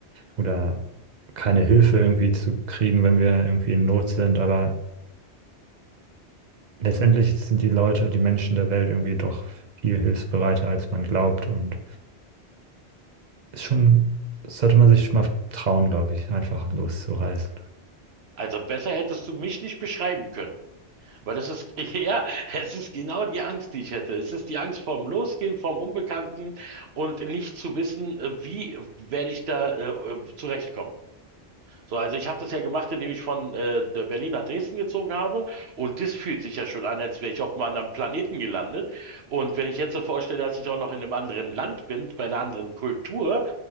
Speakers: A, on the right; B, on the right.
A: oder keine Hilfe irgendwie zu kriegen, wenn wir irgendwie in Not sind. Aber letztendlich sind die Leute, die Menschen der Welt irgendwie doch viel hilfsbereiter, als man glaubt. Und ist schon, sollte man sich mal trauen, glaube ich, einfach loszureisen.
B: Also besser hättest du mich nicht beschreiben können. Weil das ist, <laughs> ja, es ist genau die Angst, die ich hätte. Es ist die Angst vorm Losgehen, vorm Unbekannten und nicht zu wissen, äh, wie werde ich da äh, äh, zurechtkommen. So, also ich habe das ja gemacht, indem ich von äh, der Berlin nach Dresden gezogen habe. Und das fühlt sich ja schon an, als wäre ich auf einem anderen Planeten gelandet. Und wenn ich jetzt so vorstelle, dass ich auch noch in einem anderen Land bin, bei einer anderen Kultur,